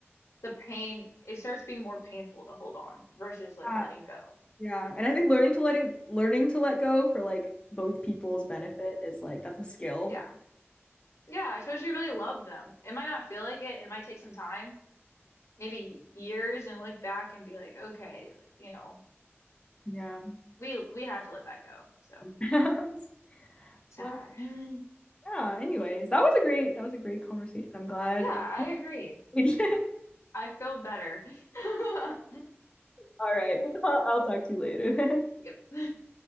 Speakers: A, on the left (about 90°); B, on the left (about 20°).
A: the pain, it starts being more painful to hold on versus like
B: Yeah.
A: letting go.
B: Yeah. And I think learning to letting learning to let go for like both people's benefit is like that's a skill.
A: Yeah. Yeah. I suppose you really love them. It might not feel like it. It might take some time maybe years and look back and be like, okay, you know,
B: Yeah.
A: we we had to let that go. So
B: <laughs>
A: sad.
B: well,
A: <laughs>
B: yeah, anyways, that was a great that was a great conversation. I'm glad.
A: Yeah, I agree.
B: <laughs>
A: I feel better. <laughs>
B: All right. Well, I'll, talk to you later then.
A: Yep.